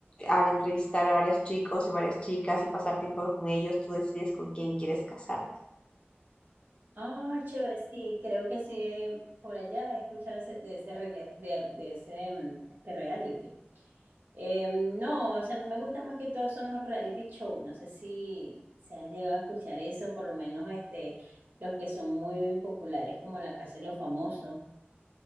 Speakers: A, on the left; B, on the right.
A: al entrevistar a varios chicos y varias chicas y pasar tiempo con ellos, tú decides con quién quieres casarte.
B: Ah, chévere, sí, creo que sí, eh, por allá he escuchado ese- de ese, rela- de, de ese mm, este reality. Eh, no, o sea, a mí me gusta más que todo son los reality show. No sé si se ha llegado a escuchar eso, por lo menos este, los que son muy populares como La Casa de los Famosos.